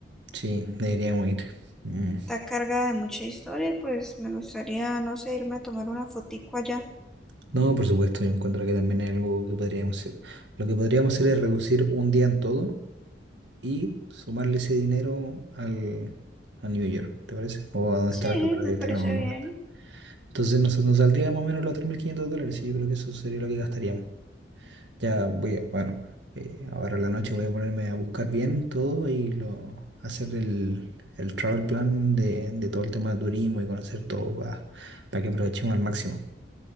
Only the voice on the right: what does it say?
Sí, deberíamos ir. Mm.
No, por supuesto, yo encuentro que también es algo que podríamos hacer. Lo que podríamos hacer es reducir un día en todo y sumarle ese dinero al, a New York, ¿te parece? O a donde
está la estatua
de
que no me acuerdo
dónde está. Entonces nos, nos saldría más o menos los 3.500 dólares y yo creo que eso sería lo que gastaríamos. Ya voy a, bueno, eh, ahora en la noche voy a ponerme a buscar bien todo y lo, hacer el, el travel plan de, de todo el tema de turismo y conocer todo para que aprovechemos al máximo.